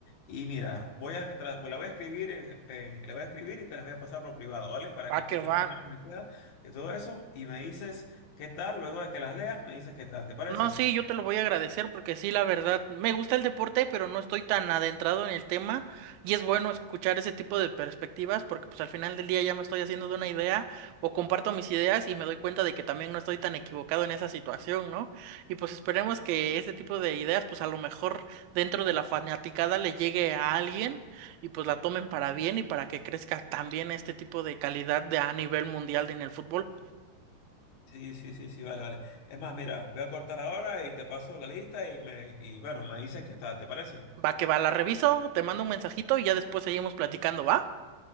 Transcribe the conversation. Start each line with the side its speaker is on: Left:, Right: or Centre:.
Left: Y mira, voy a tra- la voy a escribir en- en- la voy a escribir y te las voy a pasar por privado, ¿vale? Para
Right: Va
Left: que tengas
Right: que va,
Left: más o menos una idea de todo eso y me dices qué tal, luego de que las leas, me dices qué tal, ¿te parece?
Right: No, sí, yo te lo voy a agradecer porque sí, la verdad, me gusta el deporte, pero no estoy tan adentrado en el tema y es bueno escuchar ese tipo de perspectivas porque pues al final del día ya me estoy haciendo de una idea o comparto mis ideas y me doy cuenta de que también no estoy tan equivocado en esa situación, ¿no? Y pues esperemos que este tipo de ideas pues a lo mejor dentro de la fanaticada le llegue a alguien y pues la tomen para bien y para que crezca también este tipo de calidad de, a nivel mundial en el fútbol.
Left: Sí, sí, sí, sí, vale, vale. Es más, mira, voy a cortar ahora y te paso la lista y me, y bueno, me dices qué tal, ¿te parece?
Right: Va que va, la reviso, te mando un mensajito y ya después seguimos platicando, ¿va?